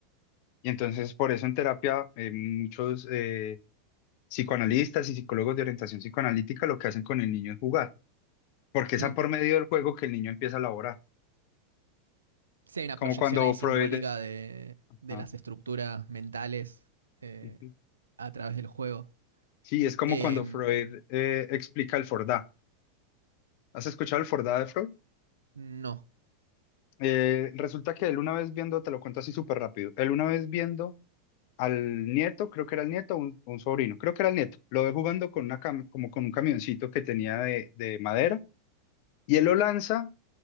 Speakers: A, on the left; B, on the right.
A: Y entonces por eso en terapia eh, muchos eh, psicoanalistas y psicólogos de orientación psicoanalítica lo que hacen con el niño es jugar, porque es
B: Mm.
A: a por medio del juego que el niño empieza a elaborar.
B: Sí, hay una
A: Como
B: proyección
A: cuando
B: ahí
A: Freud...
B: simbólica
A: eh,
B: de, de
A: ah,
B: las estructuras mentales eh,
A: ujú.
B: a través del juego.
A: Sí, es como
B: Em,
A: cuando Freud eh, explica el Fordá. ¿Has escuchado el Fordá de Freud?
B: no.
A: Eh, resulta que él una vez viendo, te lo cuento así súper rápido, él una vez viendo al nieto, creo que era el nieto, un, un sobrino, creo que era el nieto, lo ve jugando con una cam- como con un camioncito que tenía de, de madera y él lo lanza